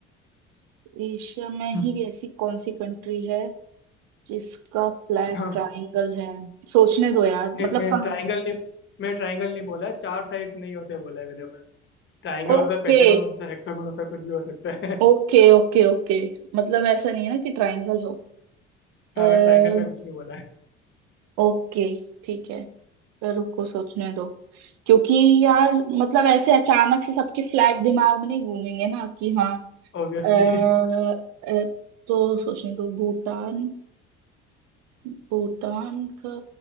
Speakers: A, on the right (about 55°); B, on the left (about 35°).
A: एशिया में
B: हम्म।
A: ही ऐसी कौन सी कंट्री है जिसका ब्लैक
B: हाँ
A: ट्रायंगल है सोचने दो यार
B: नहीं
A: मतलब
B: मैं
A: कहाँ
B: ट्रायंगल नहीं मैं ट्रायंगल नहीं बोला है चार साइड्स नहीं होते बोला है मैंने बस ट्राइंगल
A: ओके
B: हो सकता है पेंटागन हो सकता है हेक्सागन हो सकता है कुछ भी हो सकता है <laughs>
A: ओके ओके ओके मतलब ऐसा नहीं है ना कि ट्रायंगल हो अः
B: हाँ मैं ट्राइंगल का कुछ नहीं बोला है
A: ओके ठीक है तो रुको सोचने दो क्योंकि यार मतलब ऐसे अचानक से सबके फ्लैग दिमाग में नहीं गूंजेंगे ना कि हाँ
B: ऑब्वियसली
A: अः तो सोचने दो भूटान भूटान का